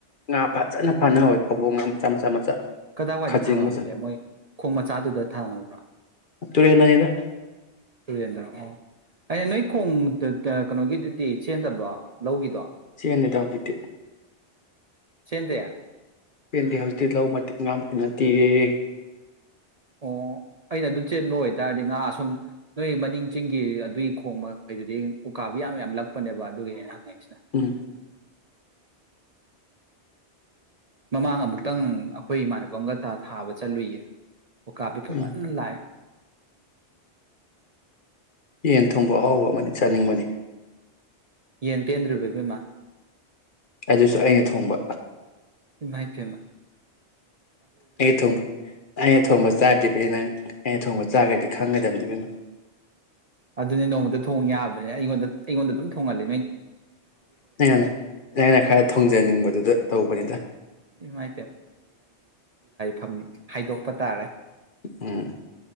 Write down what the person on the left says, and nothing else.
ꯉꯥ ꯐꯖꯅ ꯐꯅꯍꯧꯣꯏ ꯐꯕꯣꯛ ꯉꯥ ꯃꯆꯥ ꯃꯆꯥ ꯃꯆꯥ
ꯈꯥꯖꯤꯡ
ꯃꯆꯥ
ꯇꯨꯔꯤ ꯌꯦꯅꯅꯤꯗ
ꯁꯤꯟꯗ ꯍꯖꯤꯇ
ꯄꯦꯟꯗꯤ ꯍꯧꯖꯤꯛꯇꯤ ꯂꯧ ꯃꯇꯤꯛ ꯉꯥꯝꯇꯨꯅꯠꯇꯦꯔ
ꯎꯝ
ꯎꯝ
ꯌꯦꯟ ꯊꯣꯡꯕ ꯑꯍꯥꯎꯕ ꯑꯃꯗꯤ ꯆꯥꯅꯤꯡꯕꯅꯤ
ꯑꯗꯨꯁꯨ ꯑꯩꯅ ꯊꯣꯡꯕ
ꯑꯩ ꯊ ꯑꯩꯅ ꯊꯣꯡꯕꯁꯨ ꯆꯥꯗ꯭ ꯄ ꯅꯪ ꯑꯩꯅ ꯊꯣꯡꯕ ꯆꯥꯈ꯭ꯔꯗꯤ ꯈꯪꯒꯗꯕꯗꯤꯕꯅꯣ
ꯅꯪꯅ ꯅꯪꯅ ꯈꯔ ꯊꯣꯡꯖꯅꯤꯡꯕꯗꯨꯗ ꯇꯧꯕꯅꯤꯗ
ꯎꯝ